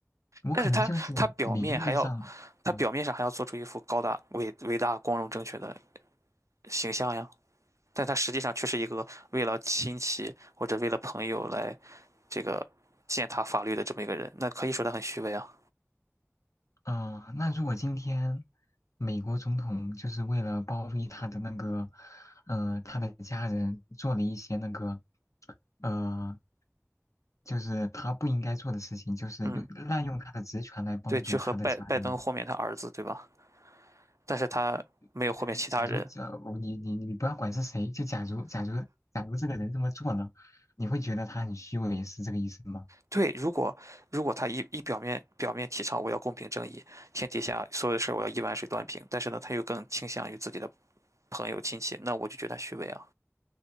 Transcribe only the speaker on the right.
但是他他表面还要，他表面上还要做出一副高大伟伟大光荣正确的
形象呀，但他实际上却是一个为了亲戚或者为了朋友来这个践踏法律的这么一个人，那可以说他很虚伪啊。
嗯，对，去和拜拜登豁免他儿子，对吧？但是他没有豁免其他人。
对，如果如果他一一表面表面提倡我要公平正义，天底下所有的事儿我要一碗水端平，但是呢，他又更倾向于自己的朋友亲戚，那我就觉得他虚伪啊。